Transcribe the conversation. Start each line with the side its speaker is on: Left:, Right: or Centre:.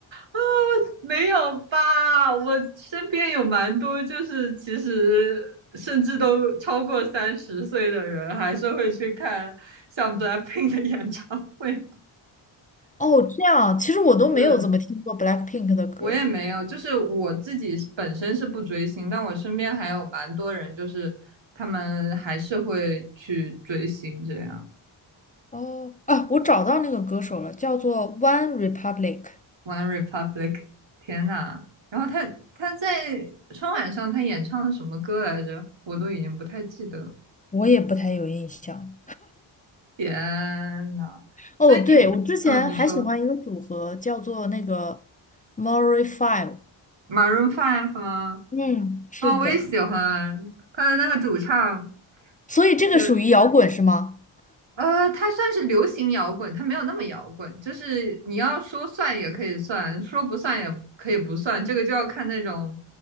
Right: 啊，没有吧？我身边有蛮多，就是其实甚至都超过三十岁的人，还是会去看像 BLACKPINK 的演唱会。
Left: 哦，这样，其实我都没有怎么听过
Right: <laughs> 是，
Left: BLACKPINK 的歌。
Right: 我也没有，就是我自己本身是不追星，但我身边还有蛮多人，就是他们还是会去追星这样。
Left: 哦，啊，我找到那个歌手了，叫做 One Republic，
Right: One Republic，天呐！然后他他在春晚上他演唱了什么歌来着？我都已经不太记得了。
Left: 我也不太有印象。
Right: 天呐，
Left: 哦，
Right: 所以你，
Left: 对，我之前还喜欢一个组合，
Right: 嗯，你说
Left: 叫做那个 m o r i Five。
Right: Maroon Five 吗？
Left: 嗯，是的，
Right: 啊，我也喜欢他的那个主唱，
Left: 所以这个属于摇滚是吗？
Right: 嗯，呃，他算是流行摇滚，他没有那么摇滚，就是你要说算也可以算，说不算也可以不算，这个就要看那种